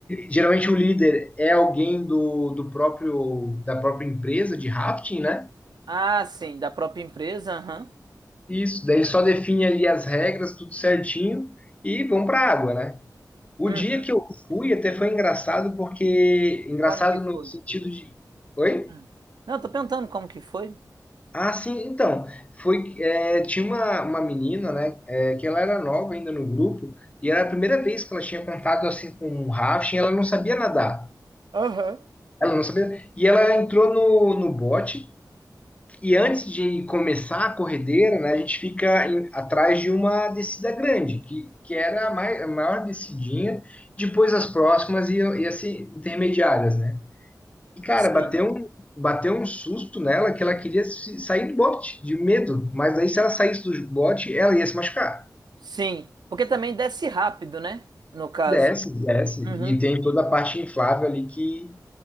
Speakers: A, on the left; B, on the right.
A: Geralmente o líder é alguém do, do próprio da própria empresa de rafting, né?
B: Ah, sim, da própria empresa, aham.
A: Isso, daí ele só define ali as regras, tudo certinho, e vão para a água, né? O
B: Uhum.
A: dia que eu fui até foi engraçado, porque. Engraçado
B: Como que
A: no
B: foi?
A: sentido de. Oi?
B: hum. Não, eu tô perguntando como que foi.
A: Ah, sim, então. Foi, é, tinha uma, uma menina, né? é, que ela era nova ainda no grupo, e era a primeira vez que ela tinha contato assim com um rafting, ela não sabia nadar.
B: Aham.
A: Ela não sabia. E ela entrou no, no bote que antes de começar a corredeira, né, a gente fica em- atrás de uma descida grande, que, que era a, mai- a maior descidinha, depois as próximas iam, iam se intermediárias, né? E, cara,
B: Sim.
A: bateu um, bateu um susto nela que ela queria se- sair do bote, de medo, mas aí se ela saísse do bote, ela ia se machucar.
B: Sim, porque também desce rápido, né? No caso.
A: Desce, desce,
B: Uhum.
A: e tem toda a parte inflável ali que